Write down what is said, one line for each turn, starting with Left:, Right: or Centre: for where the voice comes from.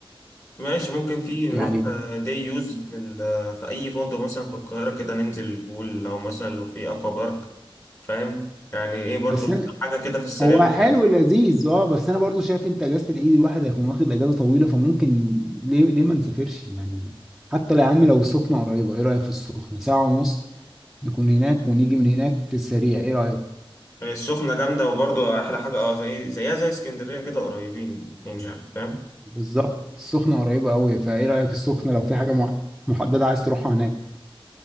Left: ماشي ممكن في نروح
Centre: يعني
Left: دي يوز في ال- آه، في اي فندق مثلا في القاهره كده ننزل البول او مثلا لو في اكوا بارك فاهم يعني ايه برضو
Centre: بس انا
Left: حاجه كده في السريع
Centre: هو
Left: هنا
Centre: حلو لذيذ اه بس انا برضو شايف انت اجازه العيد الواحد هيكون واخد اجازه طويله فممكن ليه ليه ما نسافرش يعني حتى لو يا عم لو السخنه قريبه ايه رايك في السخنه ساعه ونص نكون هناك ونيجي من هناك في السريع ايه رايك
Left: السخنه جامده وبرضو احلى حاجه اه زي زيها زي اسكندريه كده قريبين يعني فاهم
Centre: بالظبط السخنه قريبه قوي فايه رايك السخنه لو في حاجه مع- محدده عايز تروحها هناك